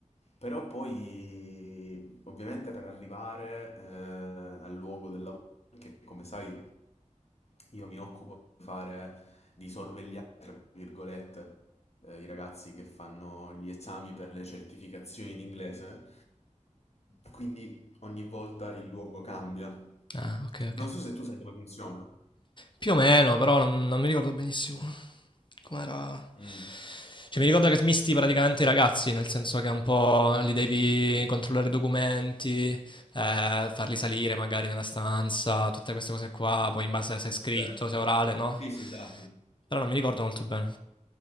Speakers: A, on the left; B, on the left.
A: però poi ovviamente per arrivare eh, al luogo del lavoro perché come sai io mi occupo di fare, di sorvegliare, tra virgolette, eh, i ragazzi che fanno gli esami per le certificazioni in inglese, quindi ogni volta il luogo cambia.
B: Ah, ok, ok.
A: Non so se tu sai come funziona.
B: Più o meno, però non, non mi ricordo benissimo com'era.
A: Mm,
B: Cioè, mi ricordo che smisti praticamente i ragazzi, nel senso che un po' li devi controllare i documenti, eh, farli salire magari nella stanza, tutte queste cose qua, poi in base a se è scritto,
A: certo.
B: se è orale, no?
A: Sì, sì, esatto.
B: Però non mi ricordo molto bene.